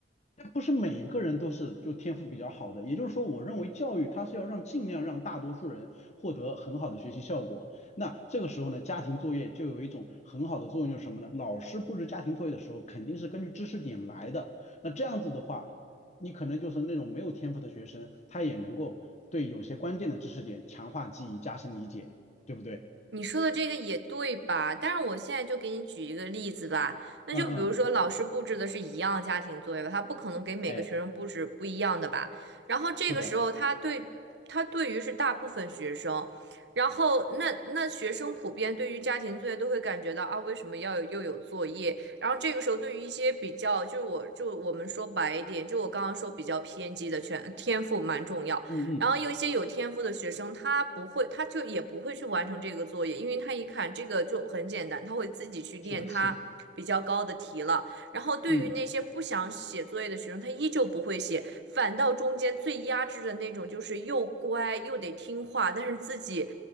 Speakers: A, on the left (about 40°); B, on the right (about 70°).
A: 那不是每一个人都是就天赋比较好的，也就是说，我认为教育它是要让尽量让大多数人获得很好的学习效果。那这个时候呢，家庭作业就有一种很好的作用，就是什么呢？老师布置家庭作业的时候，肯定是根据知识点来的。那这样子的话，你可能就是那种没有天赋的学生，他也能够对有些关键的知识点强化记忆、加深理解，对不对？
B: 你说的这个也对吧？但是我现在就给你举一个例子吧，那就比如说老师布置的是一样的家庭作业吧，
A: 嗯嗯，
B: 他不可能给每个学生布置不一样的吧？
A: 哎，
B: 然后这个时候他对他对于是大部分学生，
A: 是的，
B: 然后那那学生普遍对于家庭作业都会感觉到啊，为什么要有又有作业？然后这个时候对于一些比较就是我就我们说白一点，就我刚刚说比较偏激的全天赋蛮重要。
A: 嗯嗯，
B: 然后有一些有天赋的学生，他不会，他就也不会去完成这个作业，因为他一看这个就很简单，他会自己去练他比较高的题了。
A: 是的，是的，
B: 然后对于那些不想写作业的学生，
A: 嗯
B: 他依旧不会写，反倒中间最压制的那种，就是又乖又得听话，但是自己